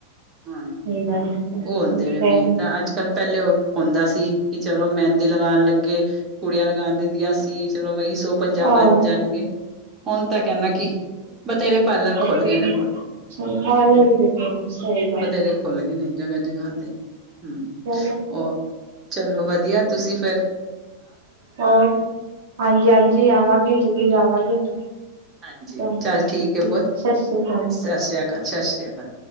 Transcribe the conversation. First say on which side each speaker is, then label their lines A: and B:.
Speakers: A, on the right (about 25°); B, on the right (about 55°).
A: ਹਾ
B: ਸਹੀ ਗੱਲ ਹੈ ਸਹੀ
A: ਉਹ ਹੁੰਦੇ ਨੇ ਮੇਨ
B: ਗੱਲ ਹੋਰ
A: ਤਾਂ ਅੱਜ-ਕੱਲ, ਪਹਿਲੇ ਉਹ ਹੁੰਦਾ ਸੀ, ਕਿ ਚਲੋ ਮਹਿੰਦੀ ਲਗਾਨ ਲੱਗੇ। ਕੁੜੀਆਂ ਲਗਾਣ ਦਿੰਦੀਆਂ ਸੀ, ਚਲੋ ਵਹੀ ਸੋ ਪੰਜਾਬ
B: ਆਹੋ
A: ਆਜ ਜਾਣਗੇ, ਹੁਣ ਤਾਂ ਕਹਿੰਦਾ ਕੀ ਬਥੇਰੇ ਪਾਰਲਰ ਖੁੱਲ
B: ਸ ਵੀ
A: ਗਏ ਨੇ ਪੁੱਤ ਹੂੰ।
B: ਬਟ ਸਹੀ ਗੱਲ,
A: ਬਥੇਰੇ ਖੁੱਲ ਗਏ ਨੇ, ਜਗ੍ਹਾ-ਜਗ੍ਹਾ ਤੇ ਹੂੰ
B: ਚਲੋ
A: ਉਹ ਚਲੋ ਵਧੀਆ ਤੁਸੀਂ ਫਿਰ
B: ਹੋਰ ਹਾਂਜੀ, ਹਾਂਜੀ ਆਵਾਂਗੇ ਜ਼ਰੂਰ ਆਵਾਂਗੇ।
A: ਹਾਂਜੀ
B: ਸਤਿ
A: ਚੱਲ ਠੀਕ ਹੈ, ਬਹੁਤ
B: ਸ੍ਰੀ ਅਕਾਲ।
A: ਸਤਿ ਸ੍ਰੀ ਅਕਾਲ ਸਤਿ ਸ੍ਰੀ ਅਕਾਲ।